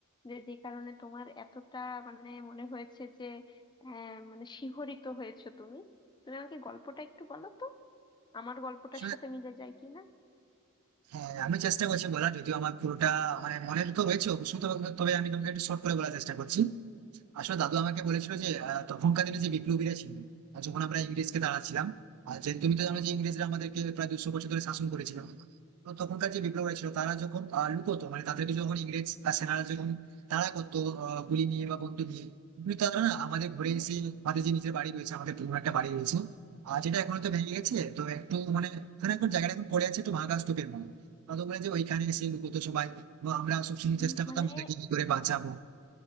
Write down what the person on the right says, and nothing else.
আসলে,
হ্যাঁ আমি চেষ্টা করছি বলার যদিও আমার পুরোটা মানে মনে তো রয়েছে অবশ্যই তবে তবে আমি তোমাকে একটু শর্ট করে বলার চেষ্টা করছি আসলে দাদু আমাকে বলেছিল যে আহ, তখনকার দিনে যে বিপ্লবীরা ছিল আহ, যখন আমরা ইংরেজকে দাঁড়াচ্ছিলাম আর যে তুমি তো জানো যে ইংরেজরা আমাদেরকে প্রায় দুশো বছর ধরে শাসন করেছিল তো তখনকার যে বিপ্লবীরা ছিল তারা যখন আহ, লুকোতো মানে তাদেরকে যখন ইংরেজ আহ, সেনারা যখন তারা করতো আহ, গুলি নিয়ে বা বন্দুক নিয়ে কিন্তু তারা না আমাদের ঘরে
এসে আমাদের যে নিজের বাড়ি রয়েছে আমাদের পুরনো একটা বাড়ি রয়েছে আর যেটা এখন তো ভেঙে গেছে তো একটু মানে ওখানে এখন জায়গাটা এখন পড়ে আছে একটু ভাঙা স্তূপের মতো তাদের বলে যে ওইখানে এসে লুকোতো সবাই এবং আমরা সবসময়
চেষ্টা করতাম
ওদেরকে কি করে বাঁচাবো